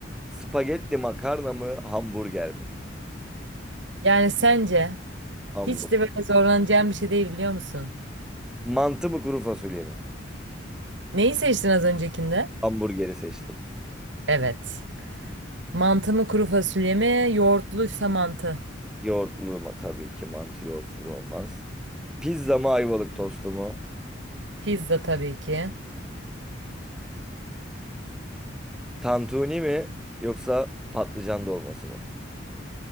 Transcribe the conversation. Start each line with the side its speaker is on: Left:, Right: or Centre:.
Centre: Spagetti makarna mı, hamburger mi?
Right: Yani sence
Centre: Hamburger.
Right: hiç de böyle zorlanacağım bir şey değil biliyor musun?
Centre: Mantı mı, kuru fasulye mi?
Right: Neyi seçtin az öncekinde?
Centre: Hamburgeri seçtim.
Right: Evet. Mantı mı kuru fasulye mi? Yoğurtluysa mantı.
Centre: Yoğurtlu mu? Tabii ki mantı yoğurtsuz olmaz. Pizza mı ayvalık tostu mu?
Right: Pizza tabii ki.
Centre: Tantuni mi yoksa patlıcan dolması mı?